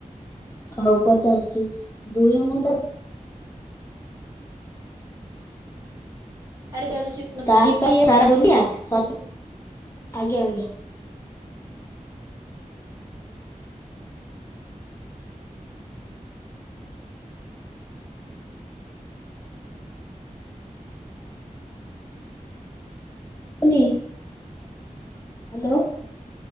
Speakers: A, on the left (about 20°); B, on the right (about 25°).
A: ହଉ ପଚାରୁଛି ଦୁଇ ମୁଣ୍ଡା
B: ଆରେବେ ରାରୁଚି <unintelligible>
A: ତାରି ପାଇଁ ସାରା ଦୁନିଆ ଆଜ୍ଞା ଆଜ୍ଞା। ଶୁଭୁନି ହ୍ୟାଲୋ।